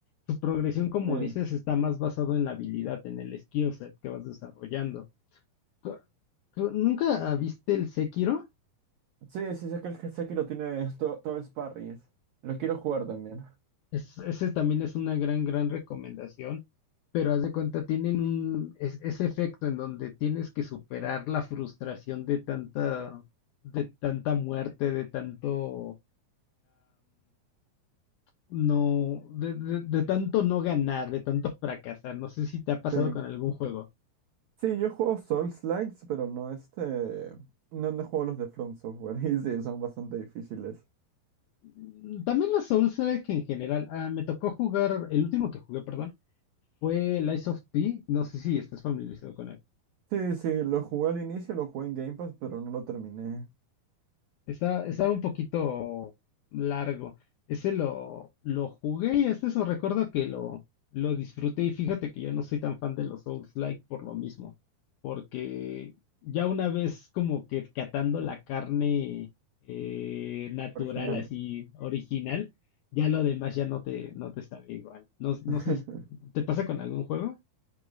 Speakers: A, on the left (about 75°); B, on the right (about 80°).
A: Su progresión, como
B: Sí.
A: dices, está más basado en la habilidad, en el skill set que vas desarrollando. Co- co- ¿Nunca ah, viste el Sekiro?
B: Sí, sí, sé que, el- sé que lo tiene todo, todo es parries. Lo quiero jugar también.
A: Es- ese también es una gran, gran recomendación. Pero haz de cuenta, tienen un, es- ese efecto en donde tienes que superar la frustración de tanta, de tanta muerte, de tanto. no, de, de- de tanto no ganar, de tanto fracasar. No sé si te ha pasado
B: Sí.
A: con algún juego.
B: Sí, yo juego Souls-likes, pero no este. No, no juego los de From Software. <laughs> Y sí, son bastante difíciles.
A: Mm, También los Souls-like en general. Ah, me tocó jugar, el último que jugué, perdón, fue Lies of P. No sé si estás familiarizado con él.
B: Sí, sí, lo jugué al inicio, lo jugué en Game Pass, pero no lo terminé
A: Está, está un poquito largo. Ese lo, lo jugué y hasta eso recuerdo que lo, lo disfruté. Y fíjate que yo no soy tan fan de los Souls-like por lo mismo. Porque ya una vez como que catando la carne eh, natural,
B: original.
A: así original, ya lo demás ya no te, no te sabe igual. No, no
B: <laughs>
A: sé, si- ¿te pasa con algún juego?